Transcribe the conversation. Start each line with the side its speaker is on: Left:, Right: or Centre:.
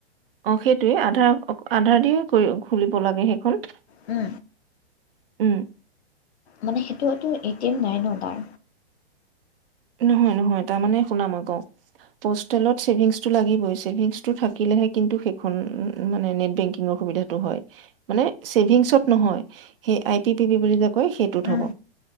Right: অ সেইটোৱে। আধাৰ, আধাৰ দিয়ে কৰি খুলিব লাগে সেইখন।
Left: এ।
Right: উম।
Left: মানে সেইটো হয়টো এ টি এম নাই ন' তাৰ।
Right: নহয়, নহয় তাৰমানে শুনা। মই কওঁ। পষ্টেলত ছেভিংছটো লাগিবই। ছেভিংছটো থাকিলেহে কিন্তু সেইখন মানে নেট বেংকিঙৰ সুবিধা টো হয়। মানে ছেভিংছত নহয়। সেই আই পি পি বি বুলি যে কয় সেইটোত
Left: উম,
Right: হ'ব।